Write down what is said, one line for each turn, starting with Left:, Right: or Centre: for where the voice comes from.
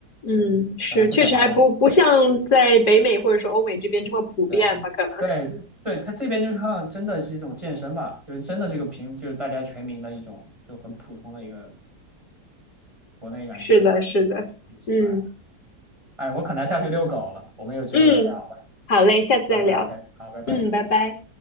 Left: 嗯，
Right: 对，
Left: 是，
Right: 本来不想麻烦
Left: 确实还不不像在北美或者说欧美这边这么普遍吧？
Right: 对
Left: 可能。
Right: 对对，他这边就像真的是一种健身吧，就是真的是个平，就是大家全民的一种，就很普通的一个国内感觉，
Left: 是的，
Right: 就是真的挺奇怪的。
Left: 是的，嗯
Right: 哎，我可能要下去遛狗了，我们有机会再聊吧。
Left: 嗯，好嘞，下次再聊，
Right: OK OK，好，拜拜。
Left: 嗯，拜拜。